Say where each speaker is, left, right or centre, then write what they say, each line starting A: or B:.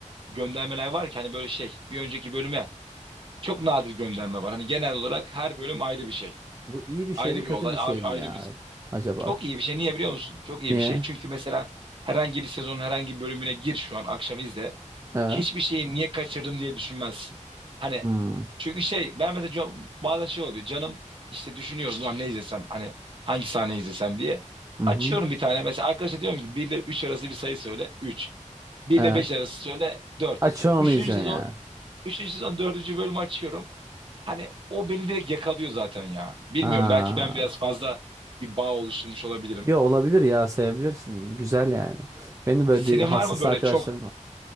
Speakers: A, on the right; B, on the right.
A: göndermeler var ki hani böyle şey bir önceki bölüme çok nadir gönderme var. Hani genel olarak her bölüm ayrı bir şey.
B: Bu iyi bir şey
A: Ayrı
B: mi
A: bir
B: kötü
A: olay,
B: bir şey
A: a-
B: mi
A: ayrı
B: ya?
A: bir
B: Acaba?
A: Çok iyi bir şey. Niye biliyor musun? Çok iyi
B: Niye?
A: bir şey. Çünkü mesela herhangi bir sezonun herhangi bir bölümüne gir şu an akşam izle.
B: Evet.
A: Hiçbir şeyi niye kaçırdım diye düşünmezsin. Hani
B: Hmm.
A: çünkü şey ben mesela can- bazen şey oluyor. Canım işte düşünüyorum ulan ne izlesem hani hangi sahne izlesem diye.
B: Hı
A: Açıyorum
B: hı.
A: bir tane mesela arkadaşa diyorum ki 1 ile 3 arası bir sayı söyle 3 1
B: Evet.
A: ile 5 arası söyle 4
B: Açıyorsun
A: üçüncü
B: onu izliyorsun
A: sezon
B: ya.
A: üçüncü sezon dördüncü bölümü açıyorum. Hani o beni direkt yakalıyor zaten ya. Bilmiyorum
B: Ha.
A: belki ben biraz fazla bir bağ oluşturmuş olabilirim.
B: Yo olabilir ya sevebilirsin. Güzel yani. Benim böyle
A: Senin
B: di- hassas
A: var mı böyle
B: arkadaşlarım
A: çok
B: var.